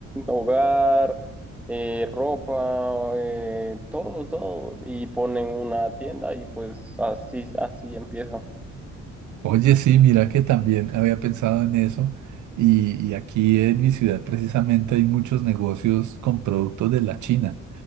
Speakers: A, in the centre; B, on the right.
A: hogar, eh, ropa, eh, todo, todo, y ponen una tienda y pues así, así empiezan.
B: Oye, sí, mira que también había pensado en eso y, y aquí en mi ciudad precisamente hay muchos negocios con productos de la China,